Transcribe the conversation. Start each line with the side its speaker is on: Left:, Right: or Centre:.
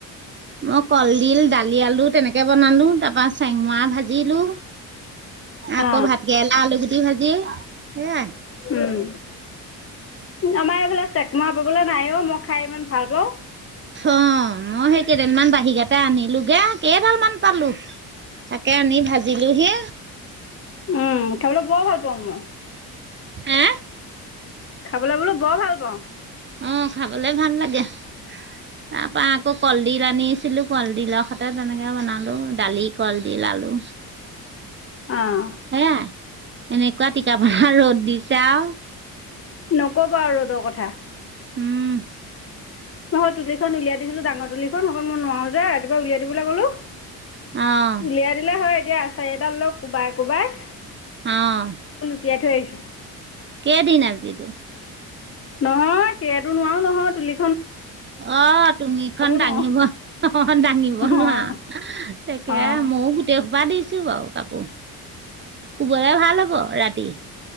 Right: মই কলডিল দালি আলু তেনেকে বনালো, তাৰপৰা চেংমৰা ভাজিলো। আকৌ
Left: অ
Right: ভাতকৰেলা আলু গুটি ভাজি হে
Left: উম আমাৰ এইফালে চেংমৰা পাবলৈ নাই অ' মই খাই ইমান ভাল পাওঁ।
Right: অ' মই সেই কেইদিনমান বাহি কেটা আনিলোগে, কেইডালমান পালোঁ। তাকে আনি ভাজিলোঁ হি।
Left: উম, খাবলৈ বৰ ভাল পাওঁ মই।
Right: হে?
Left: খাবলৈ বোলো বৰ ভাল পাওঁ।
Right: অ' খাবলে ভাল লাগে। তাৰ পৰা আকৌ কলডিল আনিছিলোঁ। কলডিলৰ সতে তেনেকে বনালোঁ, দালি কলডিল আলু।
Left: অ'।
Right: সেয়াই এনেকুৱা টিকা ভা ৰ'দ দিছে আও।
Left: নকবা ৰ'দৰ কথা।
Right: উম।
Left: মই তুলিখন উলিয়াই দিছিলোঁ, ডাঙৰ তুলিখন। অকল মই নোৱাৰোঁ যে ৰাতিপুৱা উলিয়াই দিবলৈ ক'লো।
Right: অ'
Left: উলিয়াই দিলে হয় এতিয়া আছাৰিডাল লৈ কোবাই - কোবাই
Right: অ'।
Left: তিয়াই থৈ আহিছোঁ।
Right: কেইদিন আজি তোৰ?
Left: নহয় সেইটো নোৱাও নহয় তুলি
Right: অ', তুঙিখন দাঙিব
Left: নোৱাৰো।
Right: অ', দাঙিব নোৱাৰা।
Left: অ'
Right: তাকে
Left: অ'
Right: ময়ো গোটেই খোপা দিছ ছো বাৰু কাপোৰ শুবলৈ ভাল হ'ব ৰাতি।